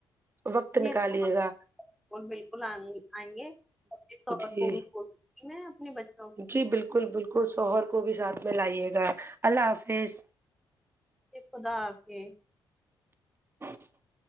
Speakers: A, on the right; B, in the centre.
A: وقت
B: جی
A: نکالیے
B: ہاں
A: گا
B: اور بالکل آئیں آئیں گے کو شوہر
A: جی
B: کو بھی بول کے میں اپنے بچے
A: جی بالکل بالکل شوہر کو بھی ساتھ میں لائیے گا اللہ حافظ
B: خدا حافظ
A: <inaudible>